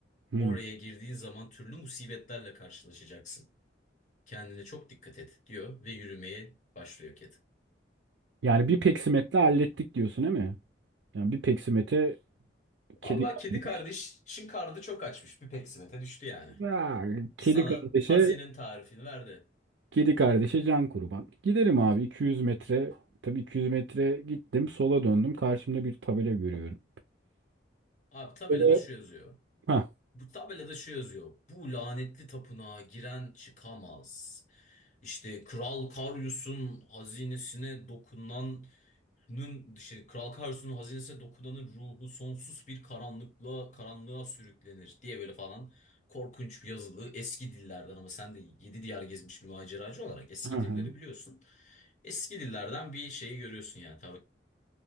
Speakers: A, on the right (about 80°); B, on the left (about 40°).
A: hı.
B: Oraya girdiğin zaman türlü musibetlerle karşılaşacaksın. Kendine çok dikkat et diyor ve yürümeye başlıyor kedi.
A: Yani bir peksimetle hallettik diyorsun değil mi? Yani bir peksimete kedi
B: Vallahi
A: kardeş.
B: kedi kardeşin karnı çok açmış. Bir peksimete düştü yani.
A: Ya, kedi
B: Sana
A: kardeşe
B: tazinin tarifini verdi.
A: kedi kardeşe can kurban. Giderim abi 200 metre. Tabii 200 metre gittim. Sola döndüm. Karşımda bir tabela görüyorum.
B: Abi tabelada
A: Böyle...
B: şu yazıyor.
A: Hah.
B: Bu tabelada şu yazıyor. Bu lanetli tapınağa giren çıkamaz. İşte Kral Karyus'un hazinesine dokunan Nun işte Kral Karsu'nun hazinesine dokunanın ruhu sonsuz bir karanlıklığa karanlığa sürüklenir diye böyle falan korkunç bir yazılı eski dillerden ama sen de yedi diyar gezmiş bir maceracı olarak eski
A: Hı hı.
B: dilleri biliyorsun. Eski dillerden bir şeyi görüyorsun yani tabii.